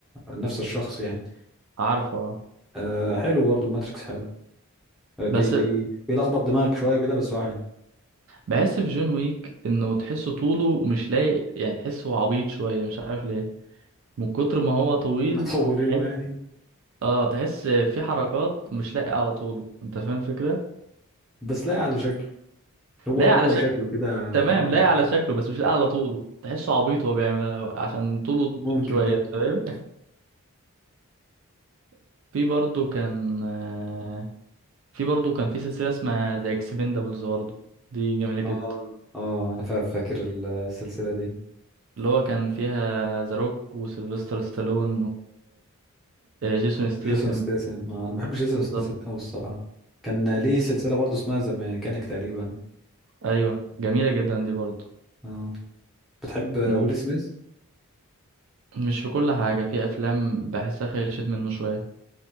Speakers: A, in the centre; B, on the right.
A: نفس الشخص يعني
B: عارفه آه.
A: أه حلو برضه الماتريكس حلو آه، بي
B: بس
A: بي بيلخبط دماغك شوية كده بس هو حلو
B: بحس في جون ويك انه تحسه طوله مش لايق يعني تحسه عبيط شوية مش عارف ليه من كتر ما هو طويل
A: <laughs> مطولينه
B: تحس
A: يعني
B: اه تحس في حركات مش لايقة على طوله انت فاهم الفكرة؟
A: بس لا على شكله هو
B: لا
A: هو
B: على
A: شكله كده
B: تمام
A: اه
B: لايق على شكله بس مش لايق على طوله تحسه عبيط وهو بيعملها عشان طوله طويل
A: ممكن
B: شوية تمام <laughs> في برضه كان آه، في برضه كان في سلسلة اسمها ذا اكسبندابلز برضه دي جميلة جدا
A: اه اه انا فا- فاكر السلسله دي
B: اللي هو كان فيها ذا روك وسيلفستر ستالون وجيسون ستيسن
A: جيسون ستاثام آه، انا بحب جيسون
B: بالظبط
A: ستاثام قوي الصراحه كان ليه سلسله برضه اسمها ذا ميكانيك تقريبا
B: ايوه جميلة جدا دي برضه
A: اه بتحب ويل
B: م-
A: سميث
B: مش في كل حاجة في افلام بحسها خيشت منه شوية